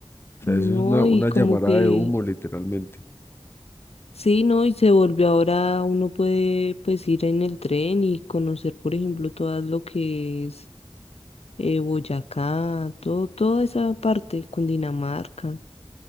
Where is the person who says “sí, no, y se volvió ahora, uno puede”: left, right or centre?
Left